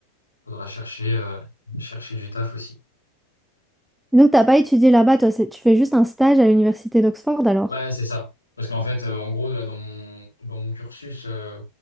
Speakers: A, on the left; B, in the centre.
A: faudra chercher, euh, chercher du taf aussi.
B: Et Donc, t'as pas étudié là-bas, toi, c'est- tu fais juste un stage à l'université d'Oxford, alors?
A: Ouais, c'est ça. Parce qu'en fait, euh, en gros, là, dans mon, dans mon cursus, euh,